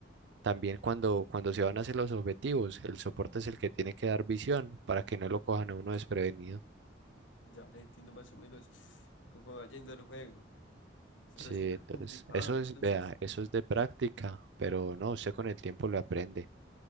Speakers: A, on the right; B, on the left.
A: También cuando, cuando se van a hacer los objetivos, el soporte es el que tiene que dar visión para que no lo cojan a uno desprevenido.
B: Ya le entiendo más o menos cómo va yendo el juego. Pero
A: Sí,
B: siempre
A: entonces,
B: es complicado,
A: eso
B: entonces,
A: es, vea, eso es de práctica, pero no, usted con el tiempo lo aprende.